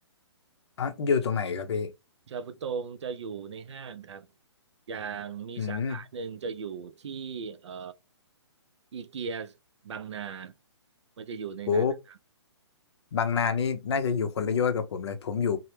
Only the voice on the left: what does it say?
อ๋อ อยู่ตรงไหนครับพี่
อืม
โอ้บางนานี่น่าจะอยู่คนละโยชน์กับผมเลย ผมอยู่